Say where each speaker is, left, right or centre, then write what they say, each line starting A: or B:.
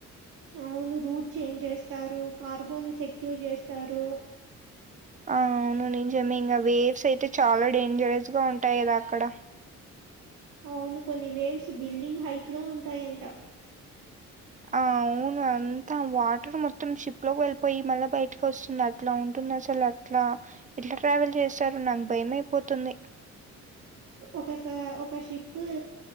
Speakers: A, on the right; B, on the right.
A: అవును రూట్ చేంజ్ చేస్తారు. కార్గో ని సెక్యూర్ చేస్తారు.
B: అవును నిజమే ఇంకా వేవ్స్ అయితే చాలా డేంజరస్ గా ఉంటాయి కదా అక్కడ.
A: అవును కొన్ని వేవ్స్ బిల్డింగ్ హైట్ లో ఉంటాయంట.
B: ఆ అవును అంతా వాటర్ మొత్తం షిప్ లోకి వెళ్ళిపోయి మళ్ళీ బయటకి వస్తుంది అట్లా ఉంటుంది అసలు. ఇట్లా ఎట్లా ట్రావెల్ చేస్తారో నాకు భయం అయిపోతుంది.
A: ఒకసారి ఒక షిప్